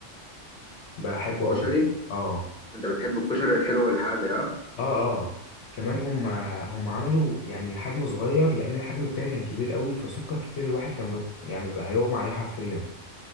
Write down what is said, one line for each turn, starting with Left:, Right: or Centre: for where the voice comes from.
Left: بحبه
Centre: الكشري
Left: قوي اه
Centre: انت بتحب الكشري الحلو والحادق ها
Left: اه اه كمان هم هم عملوا يعني حجم صغير لان الحجم التاني كان كبير قوي فسكر كتير الواحد كان بب... يعني بيبقى هيغمى عليه حرفيا